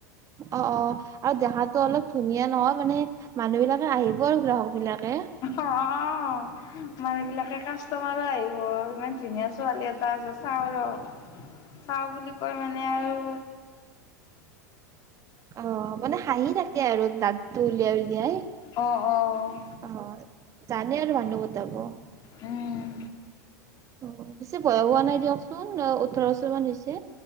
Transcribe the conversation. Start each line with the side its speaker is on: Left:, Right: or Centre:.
Right: অ অ আৰু দেহাতো অলপ ধুনীয়া নহয় মানে মানুহ বিলাকে আহিব আৰু গ্ৰাহক বিলাকে।
Left: অ মানুহ বিলাকে কাষ্টমাৰো আহিব ইমান ধুনীয়া ছো ছোৱালী এটা আছে চাওঁ ৰ চাওঁ বুলি কয় মানে আৰু
Right: অ মানে হাঁহি থাকে আৰু দাঁতটো উলিয়াই উলিয়াই,
Left: অঁ অঁ।
Right: অ'। জানে আৰু মানুহ পতাব।
Left: উম।
Right: অ বেছি বয়স হোৱা নাই দিয়কচোন ওঠৰ বছৰ মান হৈছে।